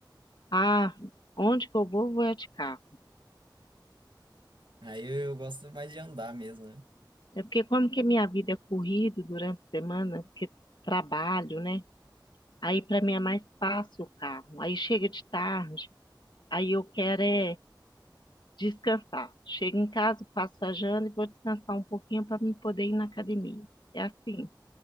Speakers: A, on the left; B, on the right.
A: ah, onde que eu vou, vou é de carro.
B: Aí eu, eu gosto mais de andar mesmo,
A: É porque como que a minha vida é corrida durante a semana, porque trabalho, né? Aí para mim é mais fácil o carro. Aí chega de tarde, aí eu quero é descansar. Chego em casa, faço a janta e vou descansar um pouquinho para me poder ir na academia. É assim.